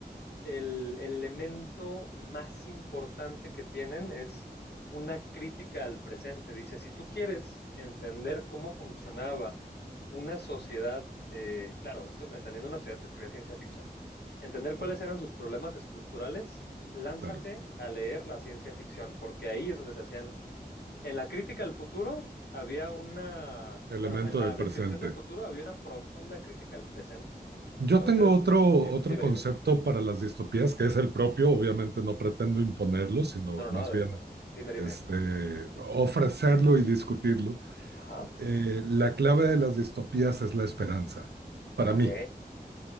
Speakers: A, on the left (about 90°); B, on the right (about 85°).
A: el, el elemento más importante que tienen es una crítica al presente. Dice, si tú quieres entender cómo funcionaba una sociedad, eh, claro, esto, entendiendo una sociedad que estudia ciencia ficción, entender
B: Claro,
A: cuáles eran sus problemas estructurales, lánzate
B: claro.
A: a leer la ciencia ficción, porque ahí es donde se hacían, en la crítica al futuro había una,
B: Elemento
A: bueno, en la
B: de presente.
A: descripción del futuro había una profunda crítica al presente.
B: Yo
A: Entonces,
B: tengo otro,
A: di-
B: otro
A: dime,
B: concepto
A: dime.
B: para las distopías que es el propio. Obviamente no pretendo imponerlo, sino
A: No, no,
B: más
A: no, después.
B: bien
A: Dime, dime.
B: este, ofrecerlo y discutirlo.
A: Ajá.
B: Eh, la clave de las distopías es la esperanza, para
A: Ok,
B: mí.